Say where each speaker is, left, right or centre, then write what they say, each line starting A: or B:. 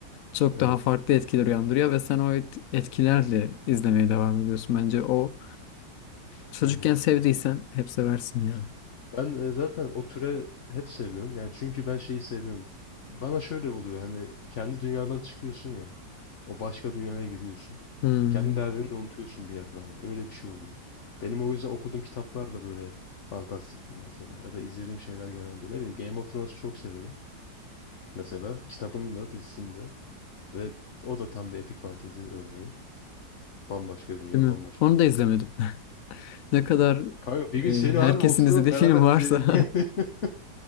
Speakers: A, on the left; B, on the left.
A: çok
B: Evet.
A: daha farklı etkiler uyandırıyor ve sen o et- etkilerle izlemeye devam ediyorsun. Bence o çocukken
B: Hı hı.
A: sevdiysen hep seversin ya.
B: Ben e, zaten o türe hep seviyorum. Yani çünkü ben şeyi seviyorum. Bana şöyle oluyor hani kendi dünyadan çıkıyorsun ya. O başka dünyaya giriyorsun.
A: Hmm,
B: Kendi derdini de unutuyorsun bir yerde ama. Öyle bir şey oluyor. Benim o yüzden okuduğum kitaplar da böyle fantastiktir mesela. Ya da izlediğim şeyler genelde. Ne bileyim Game of Thrones'u çok severim. Mesela kitabının da dizisini de. Ve o da tam bir epik fantezi örneği. Bambaşka dünya,
A: değil mi?
B: bambaşka
A: Onu
B: kurallar.
A: da izlemedim. <laughs> Ne kadar
B: Kanka bir
A: e,
B: gün seni
A: herkesin
B: harbi oturalım
A: izlediği
B: beraber
A: film varsa
B: izleyelim. <laughs>